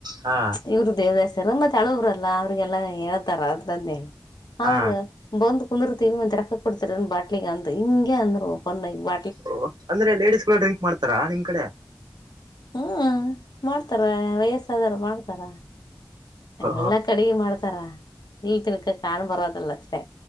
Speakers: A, on the right (about 85°); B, on the left (about 70°).
A: ಹಾ
B: ಇವ್ರರು ದೇವದಾಯ ಸರು ಮತೆ ಹಾಳಬ್ರಲ್ಲಾ ಅವ್ರಿಗೆಲ್ಲ ಹೇಳ್ತಾರ ಅಂತ ಅಂದೇ
A: ಹಾ
B: ಅವರು ಬಂದು ಕುಂದಿರ್ತವಿ ರೋಕ್ಕಕ್ ಕೊಡ್ತಿರ ಬಾಟ್ಲಲಿಗ್ ಅಂದ ಹಿಂಗೆ ಅಂದ್ರು ಬ
A: ಓ ಅಂದ್ರೆ ಲೇಡಿಸಸ್ ಕೂಡ ಡ್ರಿಂಕ್ ಮಾಡ್ತಾರಾ ನಿಮ್ ಕಡೆ
B: ಹ್ಮ ಮಾಡ್ತಾರೇ ವಯಸ್ಸಾದಾರ ಮಾಡ್ತಾರೇ
A: ಅ
B: ಎಲ್ಲಾ ಕಡೆಗೆ ಮಾಡ್ತಾರ ಇಲ್ತಿನ್ಕ ಕಾಣ್ ಬರೋದಲ್ಲ ಅಷ್ಟೇ